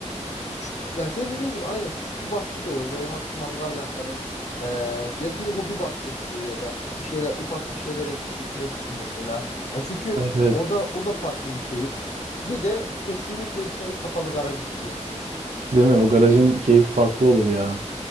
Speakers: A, on the left; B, on the right.
A: küçük yani senin dediğin gibi aynen küçük bir bahçe de olur. Böyle hafif mangal yapmalık ee, ya bir hobi bahçesi ya da bir şeyler ufak bir şeyler ekip biçmek için mesela. Yani çünkü
B: Evet, evet.
A: orada o da farklı bir keyif. Bir de kesinlikle içine bir kapalı garaj istiyorum.
B: Değil mi? O garajın keyfi farklı olur ya.